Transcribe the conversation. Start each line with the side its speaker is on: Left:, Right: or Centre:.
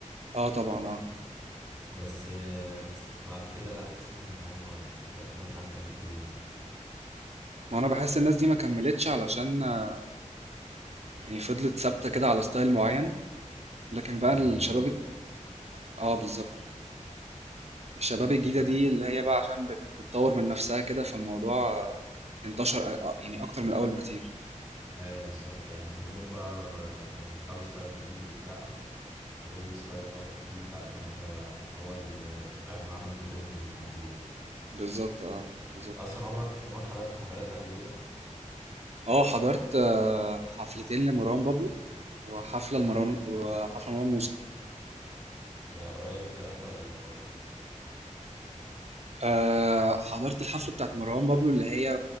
Right: اه طبعا اه
Centre: بس آه، بعد كده لا حسيت ان هو لا في ناس احلى بكتير يعني
Right: ما انا بحس الناس دي ما كملتش علشان آه، يعني فضلت ثابتة كده على ستايل معين لكن بقى
Centre: ما
Right: الشباب
Centre: جددت
Right: اه بالظبط الشباب الجديدة
Centre: الشعب
Right: دي اللي هي بقى عشان بت- بتطور من نفسها كده فالموضوع انتشر أ- أ- يعني أكتر من الأول بكتير
Centre: ايوه بالظبط يعني كلهم بقى بقى- بقى دخلوا ستايل جديد وبتاع غير الستايل ده التقليدي بتاع زمان ده هو اللي فعلا عمل ترند للموضوع
Right: بالظبط اه بالظبط
Centre: اصلا عمرك عمرك حضرت حفلات قبل كده
Right: اه حضرت آه، حفلتين لمروان بابلو وحفلة لمروان وحفلة مروان موسى
Centre: ده قريب الكلام ده ولا من فترة
Right: آه، حضرت الحفلة بتاعت مروان بابلو اللي هي